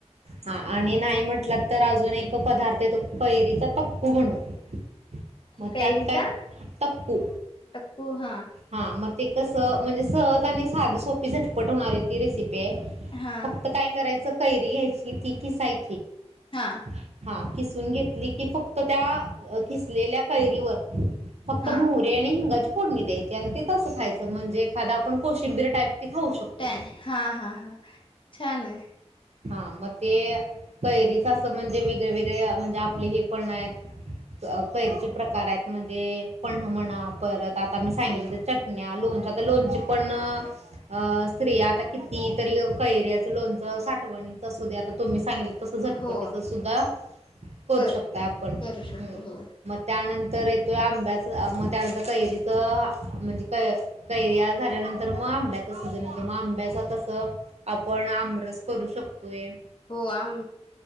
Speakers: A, on the right; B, on the left.
A: हा आणि नाही म्हटलंत तर अजून एक पदार्थ येतो कैरीचा पक्कू म्हणून, मग
B: कैरीचा
A: त्यात काय तक्कू,
B: टक्कू हा
A: हा मग ते कसं म्हणजे सहज आणि साधी सोपी झटपट होणारी ती रेसिपी पी,
B: हा
A: फक्त काय करायचं कैरी घ्यायची, ती किसाय
B: हा
A: <unintelligible> हा किसून घेतली की, फक्त त्या किसलेल्या कैरीवर फक्त
B: हा
A: मोहरी आणी हिंगाची फोडणी द्यायची आणि ते तस खायचं म्हणजे एखाद आपण कोशिंबीर टाईप ती खाऊ शकतोय
B: ते हा हा हा छानय.
A: हा मग ते कैरीचं असं म्हणजे वेग वेगळे म्हणजे आपले हे पनायत कैरीचे प्रकार आहेत. म्हणजे पन्ह म्हणा, परत आता मी सांगितलं, चटण्या- लोणचे, आता लोणची पण अ अ स्त्रिया आता किती तरी कैऱ्याच लोणचं साठवूण असु द्या, तुम्ही सांगीतल तस झटपटीच
B: हो
A: सुद्धा, करू
B: कर
A: शकतोय आपण.
B: करू शकते
A: हम
B: हो
A: मग त्यानंतर तो आंब्याचं, मग त्यानंतर कैरीचं, म्हणजे क कैऱ्या झाल्यानंतर मग आंब्याचं सीजन येतो. म आंब्याचं कसं आपण आमरस करू शकतोय.
B: हो आम